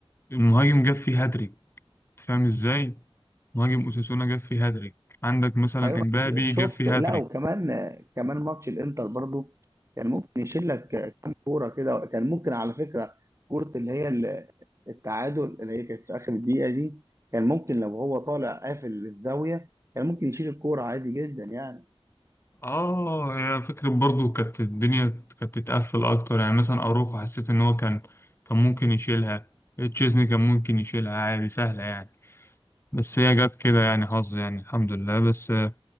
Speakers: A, on the left; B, on the right.
A: المهاجم جاب فيه هاتريك فاهم ازاي؟ مهاجم أوساسونا جاب فيه هاتريك عندك مثلا
B: ايوه
A: امبابي
B: ش-
A: جاب
B: شفت
A: فيه
B: لا
A: هاتريك
B: وكمان كمان ماتش الانتر برضو كان ممكن يشيل لك كام كوره كده كان ممكن على فكره كوره اللي هي ال- التعادل اللي هي كانت في اخر الدقيقه دي كان ممكن لو هو طالع قافل الزاويه كان ممكن يشيل الكوره عادي جدا يعني
A: اه هي فكرة برضو كانت الدنيا كانت تتقفل اكتر يعني مثلا اروخو حسيت ان هو كان كان ممكن يشيلها تشيزني كان ممكن يشيلها عادي سهلة يعني بس هي جت كده يعني حظ يعني الحمد لله بس آه،